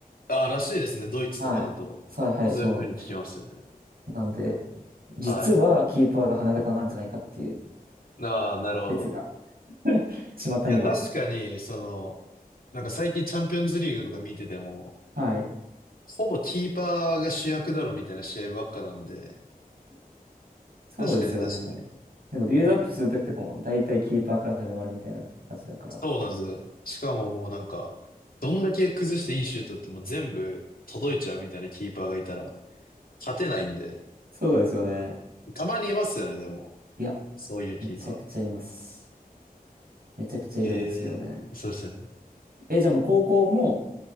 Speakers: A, on the left (about 65°); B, on the right (about 75°).
A: ああ、らしいですね。ドイツとかだと。
B: はい。さあ、はい、
A: そういうふうに聞きますよね。
B: そうなんなんで、実はキーパーが花形なんじゃないかっていう
A: はい。ああ、なるほど。
B: 説が、巷には。
A: いや、確かに、その、なんか最近チャンピオンズリーグとか見てても、
B: はい。
A: ほぼキーパーが主役だろみたいな試合ばっかなんで、
B: そうですよね。
A: 確かに確かに。
B: なんかビルドアップするときとかも、だいたいキーパーから始まるみたいな感じだから。
A: そうなんですよ。しかももうなんか、どんだけ崩していいシュートってもう全部届いちゃうみたいなキーパーがいたら勝てないんで。
B: そうですよね。
A: たまにいますよね、でも。
B: いや、
A: そういうキーパー。
B: めちゃくちゃいます。めちゃくちゃいるんですけどね。
A: へえ、そうですよね。
B: え、じゃあもう高校も、